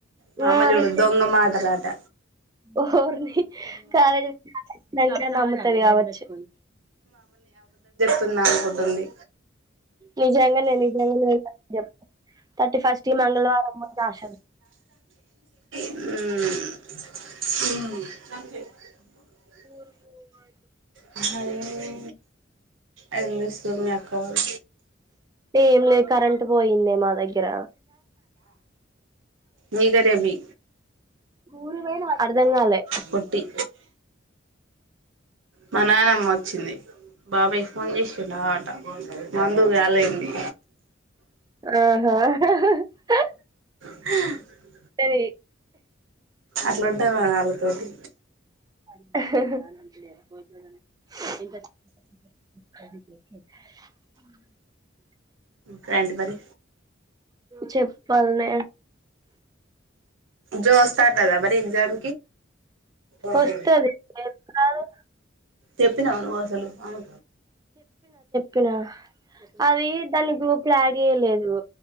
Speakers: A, on the right; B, on the right.
A: మా
B: ఉమ్
A: అమ్మ
B: నమ్కు
A: చూడు దొంగ మాటలాట
B: ఓర్ని కాలేజీ వచ్చినాక నమ్ముతది కావచ్చు
A: వస్తున్నా అనుకుంటుంది.
B: నిజంగానే నీకెవరు లేరని చెప్పు తర్టి ఫస్ట్ మంగళవారం మందు ఆశ
A: మ్ ఉహు
B: నువ్వుఅది
A: హ యె ఏం చెస్తుంది మీ అక్క పాల్
B: ఏం లేద్ కరెంట్ ట్ పోయిందే మా దగ్గర
A: నీగరేబి
B: ఊరు పోయిన అర్ధంగాలె
A: పొట్టి మ నానమ్మ వచ్చింది బాబయ్ ఫోన్ చేసిండు నా ఆట మందు వ్యాల ఇలి
B: ఆహ <unintelligible>
A: హ
B: సరె
A: అట్లుంటదీ మా వాళ్ళతోటి
B: అహ్హ
A: కా రడి మరి
B: చెప్పాలనే
A: జో స్టార్ట్ అద మరి ఎగ్జామ్ ఓకే
B: వస్తది కాదు
A: చెప్పినా నువ్వు అసలు అమె
B: పిన అవి దాన్ని ఇప్పులు యాడ్ చేయలేదు